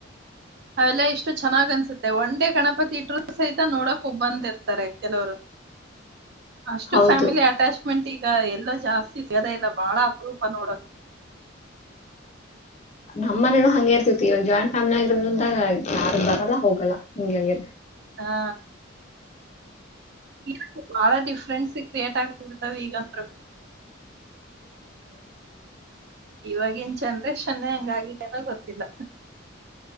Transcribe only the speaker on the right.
ಅವೆಲ್ಲ ಇಷ್ಟು ಚೆನ್ನಾಗ್ ಅನ್ಸುತ್ತೆ ಒಂದೇ ಗಣಪತಿ ಇಟ್್ರರು ಸಹಿತ ನೋಡ ಬಂದಿರ್ತಾರೆ ಕೆಲವರು ಅಷ್ಟು
ಫ್ಯಾಮಿಲಿ ಅಟ್ಯಾಚ್ಮೆಂಟ್ ಈಗ ಎಲ್ಲೋ ಜಾಸ್ತಿ ಸಿಗದ ಇಲ್ಲ ಬಾಳ ಅಪರೂಪ ನೋಡಕ್
ಹಾ ಈ ಬಾಳ ಡಿಫ್ರೆನ್ಸ್ ಕ್ರಿಯೇಟ್ ಆಗ್ಬಿರ್ತಾವ ಈಗಂತ ಇವಾಗಿನ್ ಜನ್ರೇಷನ್ನೇ ಹಂಗಗಿದ್ದೇನೋ ಗೊತ್ತಿಲ್ಲ